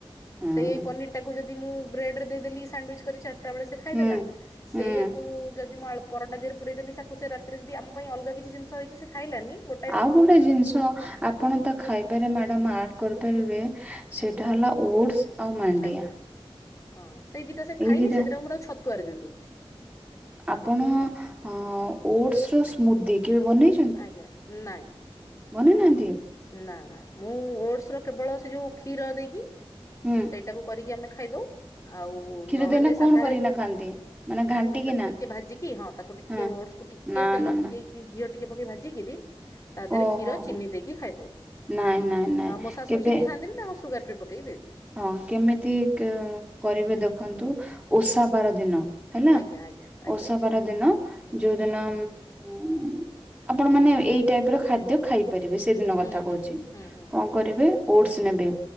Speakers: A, on the right (about 15°); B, on the left (about 30°).
A: ହଁ
B: ସେଇ ପନିର ଟାକୁ ଯଦି ମୁଁ ବ୍ରେଡ ରେ ଦେଇଦେଲି ସାଣ୍ଡୱେଜ୍ କରି ଚାରିଟା ବେଳେ ସେ ଖାଇଦେଲା,
A: ହୁଁ
B: ସେଇଆକୁ
A: ହୁଁ
B: ଯଦି ମୁଁ ଆଳୁ ପରଟା ଧୀଏରେ ପୁରେଇ ଦେଲି ତାକୁ ସେ ରାତିରେ ଯଦି ଆମ ପାଇଁ ଅଲଗା କିଛି ଜିନିଷ ହେଇଛି ସେ ଖାଇଲାନି ଗୋଟେ
A: ଆଉ ଗୋଟେ ଜିନିଷ ଆପଣ ତା ଖାଇବାରେ ମ୍ୟାଡ଼ାମ୍ ଆଡ଼ କରିପାରିବେ ସେଇଟା
B: ଆଜ୍ଞା
A: ହେଲା, ଓଟସ୍ ଆଉ ମାଣ୍ଡିଆ।
B: ଆଜ୍ଞା ହଁ ସେଇ ଦିଟା ସେ
A: ଏଇ
B: ଖାଇନି
A: ଦିଟା
B: ସେ ଦିଇଟା ମୁଁ ତାକୁ ଛତୁଆରେ ଦେଇଦଉଛି।
A: ଆପଣ ଉମ ଓଟସ ର ସ୍ମୁଦି, କେବେ ବନେଇ
B: ଆଜ୍ଞା ନାଇଁ।
A: ବନେଇ ନାହାନ୍ତି।
B: ନାଁ ନାଁ ମୁଁ ଓଟସ ର କେବଳ ସେ ଯୋଉ କ୍ଷୀର ଦେଇକି।
A: ହୁଁ।
B: ସେଇଟାକୁ କରିକି ଆମେ ଖାଇଦଉ ଆଉ
A: କ୍ଷୀର
B: ନହେଲେ
A: ଦେଇନା କଣ
B: ସାଧାରେ
A: କରିକିନା ଖାଆନ୍ତି? ଘାଣ୍ଟିକିନା
B: ମାନେ ତାକୁ ଟିକେ ଭାଜିକି ହଁ ତାକୁ ଟିକେ
A: ହଁ
B: ଓଟସ୍ କୁ ଟିକେ
A: ନା
B: ତେଲ
A: ନା
B: ପକେଇକି
A: ନା
B: ଘିଅ ଟିକେ ପକେଇ ଭାଜିକିରି ତା ଦେହରେ
A: ଓହୋ
B: କ୍ଷୀର,
A: ହୋ
B: ଚିନି ଦେଇକି ଖାଇ ଆଉ
A: ନାଇଁ ନାଇଁ ନାଇଁ
B: ମୋ ଶାଶୁ
A: କେବେ
B: ଚିନି ଖାଆନ୍ତିନି ତାଙ୍କୁ ସୁଗାର ଫ୍ରି ପକେଇକି ଦେଇ
A: ହଁ କେମିତି କ କରିବେ ଦେଖନ୍ତୁ ଓଷା
B: ଉଁ
A: ବାର ଦିନ। ହେଲା
B: ଆଜ୍ଞା ଆଜ୍ଞା ଆଜ୍ଞା
A: ଓଷା ବାର ଦିନ ଯୋଉ ଦିନ ଉମ ଆପଣ ମାନେ ଏଇ ଟାଇପ୍ ର ଖାଦ୍ୟ ଖାଇ ପାରିବେ ସେଦିନ କଥା
B: ହୁଁ ହୁଁ
A: କହୁଛି
B: ହୁଁ ହୁଁ
A: କଣ କରିବେ ଓଟସ୍ ନେବେ